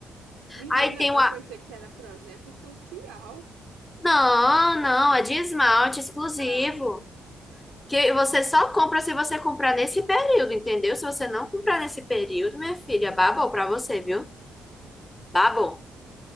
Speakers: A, on the right; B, on the left.
A: Menina,
B: Aí tem
A: eu
B: o... a-
A: pensei que era projeto social.
B: Não, não, é de esmalte exclusivo.
A: Ah,
B: Que você só compra se você comprar nesse período, entendeu? Se você não comprar nesse período, minha filha, babou pra você, viu? Babou.